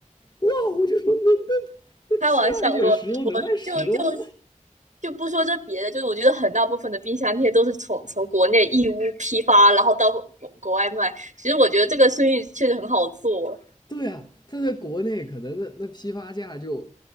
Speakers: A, on the left; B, on the right.
A: 哇！我就说那那那批发一点石头能卖十欧吗？
B: 开玩笑，我就就就不说这别的，就是我觉得很大部分的冰箱贴都是从从国内义乌批发，然后到国国外卖。其实我觉得这个生意确实很好做，
A: <laughs> 对啊，它在国内可能那那批发价就